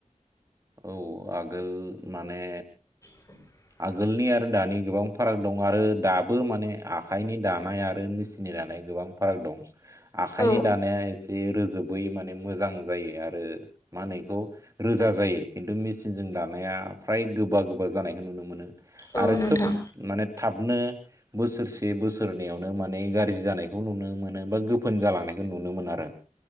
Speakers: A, on the right; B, on the left.
A: औ आगोल माने
B: <inaudible>
A: आगोलनि आरो दानि गोबां फाराग दं आरो दाबो माने आखाइनि दानाय आरो मेसिननि दानाय गोबां फाराग दं आखाइनि
B: औ
A: दानाया एस बे रोजोबै माने मोजां जायो आरो मा होनो इखौ रोजा जायो। खिन्तु मिसिनजों दानाया फ्राय गोबा गोबा जानायखो नुनो मोनो
B: औ
A: आरो
B: नोंथां
A: खोब माने थाबनो बोसोरसे बोसोरनैयावनो माने गाज्रि जानायखौ नुनो मोनो बा गोफोन जालांनायखौ नुनो मोन आरो।